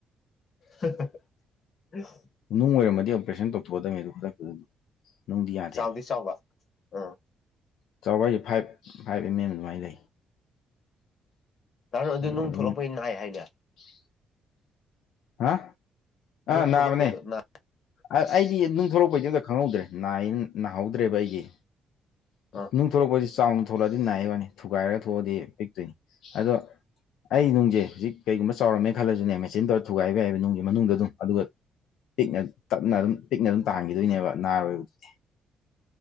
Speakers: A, on the left (about 55°); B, on the left (about 80°).
A: <unintelligible>
B: ꯅꯨꯡ ꯑꯣꯏꯔꯝꯃꯗꯤ ꯑꯣꯄꯔꯦꯁꯟ ꯇꯧꯊꯣꯛꯑꯗꯣꯕꯅꯤ ꯑꯗꯨ ꯈꯨꯗꯛꯇꯨꯗ ꯑꯗꯨꯝ ꯅꯨꯡꯗꯤ ꯌꯥꯗꯦꯕ
A: ꯆꯥꯎꯗꯤ ꯆꯥꯎꯕ ꯑꯥ
B: ꯆꯥꯎꯑꯦ ꯐꯥꯏꯚ ꯐꯥꯏꯚ ꯑꯦꯝ ꯑꯦꯝ ꯑꯗꯨꯃꯥꯏꯅ ꯂꯩ꯫
A: ꯇꯔꯣ ꯑꯗꯨ
B: ꯑꯗꯣ
A: ꯅꯨꯡ
B: ꯑꯗꯨꯝ
A: ꯊꯣꯛꯂꯛꯄꯩ ꯅꯥꯏ ꯍꯥꯏꯅꯦ꯫
B: <unintelligible> ꯍꯥ ꯑꯥ
A: ꯅꯨꯡ
B: ꯅꯥꯕꯅꯦ
A: ꯊꯣꯛꯂꯛꯄꯩꯗꯣ
B: ꯑ
A: ꯑꯁ
B: ꯑꯩꯗꯤ ꯅꯨꯡꯊꯣꯛꯂꯛꯄꯩꯗꯨ ꯑꯝꯇ ꯈꯪꯍꯧꯗ꯭ꯔꯦ ꯅꯥꯏꯅ ꯅꯥꯍꯧꯗ꯭ꯔꯦꯕ ꯑꯩꯗꯤ
A: ꯑꯥ
B: ꯅꯨꯡ ꯊꯣꯛꯂꯛ ꯄꯁꯤ ꯆꯥꯎꯅ ꯊꯣꯛꯂꯛꯑꯗꯤ ꯅꯥꯏ ꯋꯥꯅꯤ ꯊꯨꯒꯥꯏꯔꯒ ꯊꯣꯛꯑꯗꯤ ꯄꯤꯛꯇꯣꯏꯅꯤ ꯑꯗꯣ ꯑꯩ ꯅꯨꯡꯁꯦ ꯍꯧꯖꯤꯛ ꯀꯩꯒꯨꯝꯕ ꯆꯥꯎꯔꯝꯃꯦ ꯈꯜꯂꯁꯨꯅꯦ ꯃꯦꯆꯤꯟ ꯇꯧꯔ ꯊꯨꯒꯥꯏꯕ ꯌꯥꯏꯕ ꯅꯨꯡꯒꯤ ꯃꯅꯨꯡꯗ ꯑꯗꯨꯝ ꯑꯗꯨꯒ ꯄꯤꯛꯅ ꯇꯞꯅ ꯑꯗꯨꯝ ꯄꯤꯛꯅ ꯑꯗꯨꯝ ꯇꯥꯍꯟꯈꯤꯗꯣꯏꯅꯦꯕ ꯅꯥꯔꯣꯏꯕꯗꯨꯗꯤ